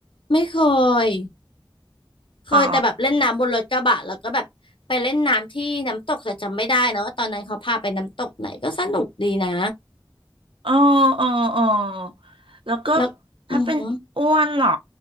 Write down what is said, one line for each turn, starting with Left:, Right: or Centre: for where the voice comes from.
Left: ไม่เคยเคยแต่แบบเล่นน้ำบนรถกระบะแล้วก็แบบไปเล่นน้ำที่น้ำตกแต่จำไม่ได้นะว่าตอนนั้นเขาพาไปน้ำตกไหนก็สนุกดีนะ
Right: อ๋อเออเออเออแล้วก็
Left: แล้วอือฮึ
Right: ถ้าเป็นอ้วนเหรอ